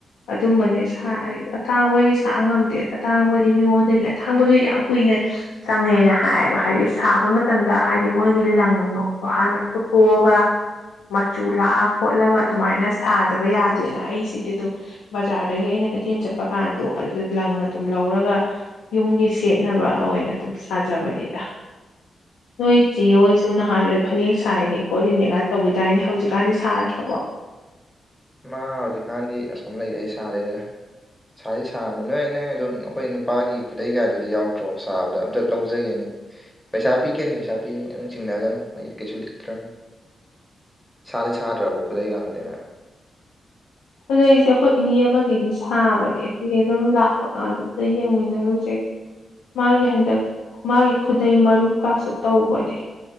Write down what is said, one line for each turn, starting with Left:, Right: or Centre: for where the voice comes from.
Left: ꯑꯗꯨꯝꯕꯅꯦ ꯁꯥꯏ ꯑꯇꯥꯡꯕꯗꯤ ꯁ ꯉꯝꯗꯦ ꯑꯇꯥꯡꯕꯗꯤ ꯃꯤꯉꯣꯟꯗ ꯑꯇꯥꯡꯕꯗꯨꯗꯤ ꯌꯥꯝ ꯀꯨꯏꯅꯩ ꯆꯪꯉꯦꯅ ꯍꯥꯏꯌꯦꯕ ꯍꯥꯏꯗꯤ ꯁꯥꯕ ꯃꯇꯝꯗ ꯍꯥꯏꯗꯤ ꯃꯣꯏꯒꯤ ꯂꯪꯣ ꯍꯥꯟꯅ ꯐꯨꯣ ꯍꯒ ꯃꯆꯨ ꯂꯥꯛꯑ ꯈꯣꯠꯂꯒ ꯑꯗꯨꯃꯥꯏꯅ ꯁꯥꯗꯕ ꯌꯥꯗꯦꯅ ꯑꯩꯁꯤꯗꯤ ꯑꯗꯨꯝ ꯕꯖꯥꯔꯗꯒꯤ ꯑꯩꯅ ꯀꯩꯊꯦꯜ ꯆꯠꯄ ꯀꯥꯟꯗꯣ ꯑꯗꯨꯗ ꯂꯪꯅ ꯑꯗꯨꯝ ꯂꯧꯔꯒ ꯌꯨꯝꯒꯤ ꯁꯦꯠꯅꯕ ꯑꯣꯏꯅ ꯑꯗꯨꯝ ꯊꯥꯖꯕꯅꯤꯗ ꯅꯣꯏ ꯆꯦ ꯍꯣꯏꯁꯨ ꯅꯍꯥꯟꯋꯥꯣꯏ ꯐꯅꯦꯛ ꯁꯔꯤꯅꯦ ꯈꯣꯠꯂꯤꯅꯦꯒ ꯇꯧ ꯇꯏꯅꯦ ꯍꯧꯖꯤꯛꯀꯥꯟꯗꯤ ꯁꯥꯗ꯭ꯔꯕꯣ
Centre: ꯃꯥ ꯍꯧꯖꯤꯛꯀꯥꯟꯗꯤ ꯑꯁꯨꯝ ꯂꯩꯔ ꯑꯩ ꯁꯥꯔꯦꯗ ꯁꯥꯗꯤ ꯁꯥꯕ ꯅꯣꯏ ꯅꯪ ꯑꯗꯣ ꯅꯈꯣꯏ ꯅꯨꯄꯥꯒꯤ ꯈꯨꯗꯩ ꯀꯥꯏꯗꯨꯗꯤ ꯌꯥꯎꯗ꯭ꯔꯣ ꯁꯥꯕꯗꯣ ꯑꯝꯇ ꯂꯧꯖꯒꯦꯅꯦ ꯄꯩꯁꯥ ꯄꯤꯒꯅꯤ ꯄꯩꯁꯥ ꯄꯤꯅꯤ ꯅꯪ ꯆꯤꯡꯅꯒꯅꯨ ꯑꯩ ꯀꯩꯁꯨ ꯂꯤꯛꯇ꯭ꯔꯅꯤ
Left: <inaudible>
Centre: ꯁꯥꯗꯤ ꯁꯥꯗ꯭ꯔꯕꯣ ꯈꯨꯗꯩꯀꯗꯨꯗꯤꯅꯦ
Left: ꯈꯨꯗꯩꯁꯦ ꯑꯩꯈꯣꯏ ꯏꯅꯦ ꯑꯃꯒꯤꯗꯤ ꯁꯥꯕꯅꯦ ꯍꯌꯦꯡ ꯑꯗꯨꯝ ꯂꯥꯛꯄ ꯀꯥꯟꯗꯨꯗ ꯌꯦꯡꯃꯤꯟꯅꯔꯨꯁꯦ ꯃꯥꯒꯤ ꯍꯟꯗꯛ ꯃꯥꯒꯤ ꯈꯨꯗꯩ ꯃꯔꯨ ꯀꯇ ꯇꯧꯕꯅꯦ